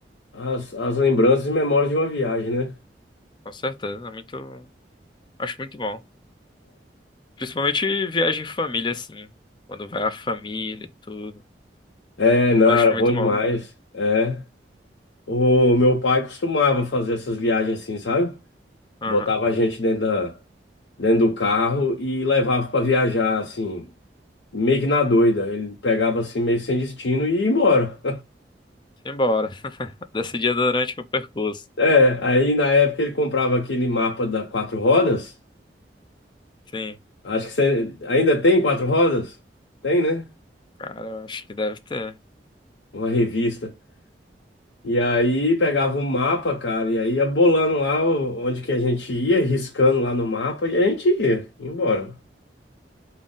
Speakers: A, on the left; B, on the left.
A: as, as lembranças e memórias de uma viagem, né?
B: com certeza. é Muito, acho muito bom. Principalmente viagem em família, assim. Quando vai a família e tudo.
A: É, é, não,
B: Acho
A: era bom
B: muito
A: demais.
B: bom.
A: É. O meu pai costumava fazer essas viagens assim, sabe?
B: Aham.
A: Botava a gente dentro da, dentro do carro e levava para viajar, assim, meio que na doida. Ele pegava assim, meio sem destino e ia embora.
B: Simbora. <laughs> Decidia durante o percurso.
A: É, aí na época ele comprava aquele mapa da quatro rodas.
B: Sim.
A: Acho que você ainda tem quatro rodas? Tem, né?
B: Cara, eu acho que deve ter.
A: Uma revista. E aí pegava um mapa, cara, e aí ia bolando lá o- onde que a gente ia, riscando lá no mapa, e a gente ia, ia embora.